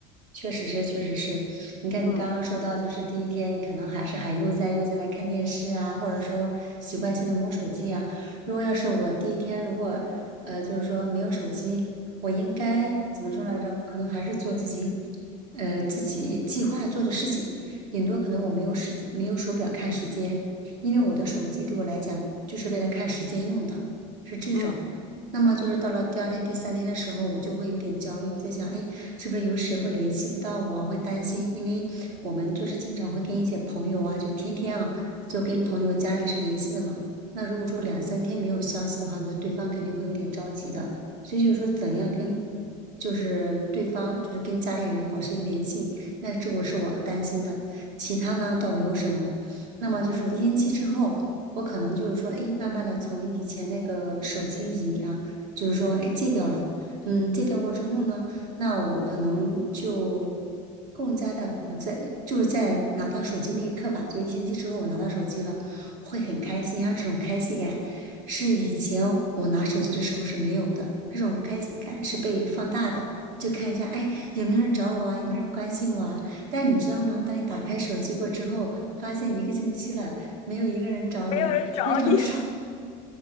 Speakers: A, on the right (about 50°); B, on the left (about 40°).
A: 确实是，确实是。你看，你刚刚说到，
B: 嗯
A: 就是第一天，你可能还是还悠哉悠哉在看电视啊，或者说习惯性的摸手机啊。如果要是我第一天，如果呃，就是说没有手机，我应该怎么说来着？可能还是做自己呃自己计划做的事情，顶多可能我没有时间，没有手表看时间，因为我的手机对我来讲就是为了看时间用的，是这种。
B: 嗯，
A: 那么就是到了第二天、第三天的时候，我就会有点焦虑。我在想，哎，是不是有谁会联系不到我啊会担心，因为我们就是经常会跟一些朋友啊，就天天啊，就跟朋友、家人是联系的嘛。那如果说两三天没有消息的话，那对方肯定会有点着急的。所以就是说，怎样跟就是对方，就是跟家里人保持一个联系，那这个是我担心的。其他呢，倒没有什么。那么就是烟期之后，我可能就是说，哎，慢慢的从以前那个手机瘾啊。就是说，哎，戒掉了，嗯，戒掉过之后呢，那我可能就更加的不在，就是在拿到手机那一刻吧，就一星期之后我拿到手机了，会很开心，然后这种开心感是以前我拿手机的时候是没有的，这种开心感是被放大的。就看一下，哎，有没有人找我啊？有没有人关心我啊？但是你知道吗？当你打开手机过之后，发现一个星期了，没有一个人找你，
B: 没有人找你，
A: 那种手